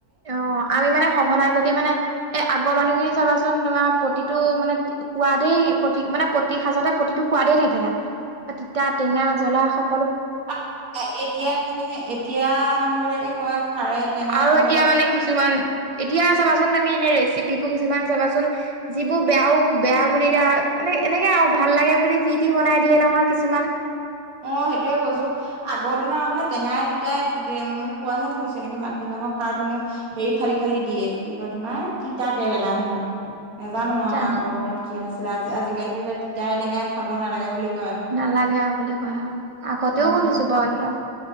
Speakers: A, on the right; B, on the right.
A: অ' আমি মানে সঘনাই যদি মানে এ আগৰ মানুহখিনি চাবাচোন তোমাৰ প্ৰতিটো মানে সোৱাদেই প্ৰতিক মানে প্ৰতি সাঁজতে প্ৰতিটো সোৱাদেই থাকে তাত এ তিতা টেঙা জ্বলা সব
B: আৰু এতিয়া মানে এতিয়া মানুহ বিলাকে কয় খাৰে টেঙাই
A: আৰু
B: খাবলৈ
A: এতিয়া মানে কিছুমান এতিয়া চাবাচোন তুমি ৰেচিপিবোৰ কিছুমান চাবাচোন যিবোৰ বেয়াও বেয়া বুলি এ দিয়া মানে এনেকে আৰু ভাল লাগে যি টি বনাই দিয়ে নহয় কিছুমান
B: অ সেইটোয়ে কৈছো আগৰ দিনৰ মানুহে টেঙাই তিতাই পি দিয়ে মোক কোৱাহে শুনিছো এনেকে মাটি মা আমাৰ খাৰত হেনো হেৰি ফালি ফালি দিয়ে এইটো কি কয় তোমাৰ তিতা কেৰেলা হেনো নেজানো আৰু
A: জানো
B: আগৰ দিনত কি আছিলে আজি আজি কালিতো এতিয়া তিতাই টেঙাই খাব নালাগে বুলি কয়
A: নালাগে বুলি কয় আৰু আগতেও
B: উম
A: শুনিছো বাৰু এইটো টো